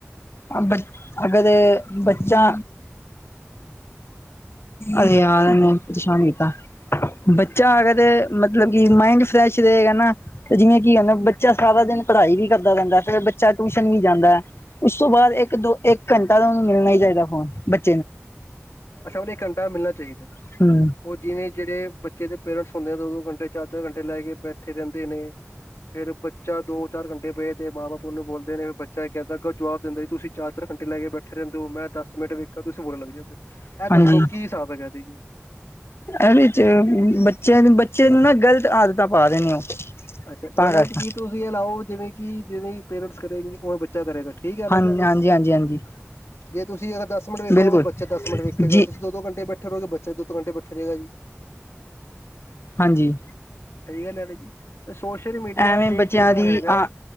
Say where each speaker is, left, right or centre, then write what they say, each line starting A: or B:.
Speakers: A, on the left; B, on the left.
A: ਅ ਬਚ, ਅਗਰ ਬੱਚਾ ਅਰੇ ਯਾਰ ਏਨ੍ਹਾਂ ਪਰਸ਼ਾਨ ਕੀਤਾ ਬੱਚਾ ਅਗਰ ਤੇ ਮਤਲਬ ਕਿ ਮਾਇੰਡ ਫਰੈਸ਼ ਰਹੇਗਾ ਨਾ ਤੇ ਜਿਵੇਂ ਕੀ ਹਨਾ, ਬੱਚਾ ਸਾਰਾ ਦਿਨ ਪੜ੍ਹਾਈ ਵੀ ਕਰਦਾ ਰਹਿੰਦਾ, ਫਿਰ ਬੱਚਾ ਟਿਊਸ਼ਨ ਵੀ ਜਾਂਦੈ। ਉਸ ਤੋਂ ਬਾਅਦ ਇੱਕ-ਦੋ, ਇੱਕ ਘੰਟਾ ਤਾਂ ਉਹਨੂੰ ਮਿਲਨਾ ਈ ਚਾਈਦਾ ਫੋਨ ਬਟ
B: ਅੱਛਾ, ਮਲਬ ਇੱਕ ਘੰਟਾ ਮਿਲਣਾ ਚਾਈਦਾ।
A: ਹੂੰ
B: ਓ ਜਿਵੇਂ ਜਿਹੜੇ ਬੱਚੇ ਦੇ ਪੇਰੈਂਟਸ ਹੁੰਦੇ ਐ ਦੋ-ਦੋ ਘੰਟੇ ਚਾਰ-ਚਾਰ ਘੰਟੇ ਲੈ ਕੇ ਬੈ ਉੱਥੇ ਰਹਿੰਦੇ ਨੇ। ਫੇਰ ਬੱਚਾ ਦੋ ਚਾਰ ਘੰਟੇ ਪਏ ਤੇ ਮਾਂ ਬਾਪ ਉਹਨੂੰ ਬੋਲਦੇ ਨੇ, ਵੀ ਬੱਚਾ ਇਹ ਕਹਿੰਦਾ ਅੱਗੋਂ ਜਵਾਬ ਦਿੰਦਾ ਤੁਸੀਂ। ਚਾਰ ਚਾਰ ਘੰਟੇ ਲੈ ਕੇ ਬੈਠੇ ਰਹਿੰਦੇ ਹੋ, ਮੈਂ ਦਸ ਮਿੰਟ ਵੇਖਾਂ, ਤੁਸੀਂ ਬੋਲਣ ਲੱਗ ਜਾਂਦੇ ਹੋ,
A: ਹਾਂਜੀ-ਹਾਂਜੀ।
B: ਇਹ ਦੱਸੋ ਕੀ ਹਿਸਾਬ ਹੈ ਐਦੇ ਚ।
A: ਇਹਦੇ 'ਚ ਬੱਚਿਆਂ ਬੱਚੇ ਨੂੰ ਨਾ, ਗ਼ਲਤ ਆਦਤਾਂ ਪਾ ਰਹੇ ਨੇ।
B: ਅੱਛਾ
A: ਤਾਂ
B: ਮਤਲਬ
A: ਕਰਕੇ
B: ਕੀ ਤੁਸੀਂ ਇਹ ਅਲਾਓ, ਜਿਵੇਂ ਕਿ ਜਿਵੇਂ ਪੇਰੈਂਟਸ ਕਰਗੇ ਉਵੇਂ ਬੱਚੇ। ਬੱਚਾ ਕਰੇਗਾ, ਠੀਕ ਹੈ ਨਾ
A: ਹਾਂ
B: ਜੀ।
A: ਹਾਂਜੀ ਹਾਂਜੀ ਹਾਂਜੀ
B: ਜੇ ਤੁਸੀਂ ਅਗਰ ਦਸ ਮਿੰਟ ਵੇਖੋਗੇ,
A: ਬਿਲਕੁਲ
B: ਬੱਚਾ ਦਸ ਮਿੰਟ ਵੇਖੇਗਾ
A: ਜੀ
B: ਤੁਸੀਂ। ਦੋ ਦੋ ਘੰਟੇ ਬੈਠੇ ਰਹੋਗੇ, ਤੇ ਬੱਚਾ ਦੋ ਦੋ ਘੰਟੇ ਬੈਠੇ ਰਹੇਗਾ ਜੀ।
A: ਹਾਂਜੀ
B: ਸਹੀ ਗੱਲ ਇਵੇਂ ਜੀ। ਸੋਸ਼ਲ ਮੀਡੀਆ
A: ਐਵੇਂ
B: ਦੇ
A: ਬੱਚਿਆਂ
B: ਜਿਹੜਾ
A: ਦੀ
B: ਹੈਗਾ
A: ਆ
B: ਹੈ